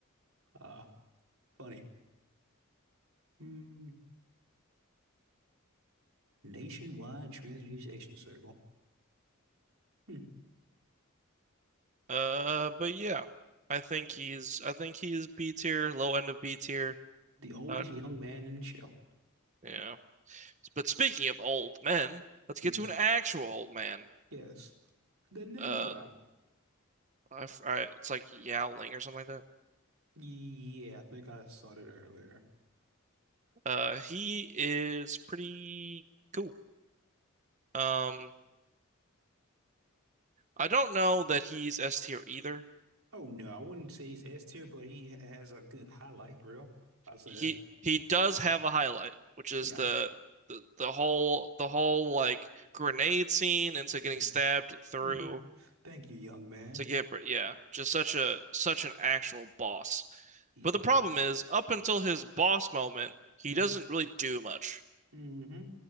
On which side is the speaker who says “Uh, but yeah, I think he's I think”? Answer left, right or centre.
Right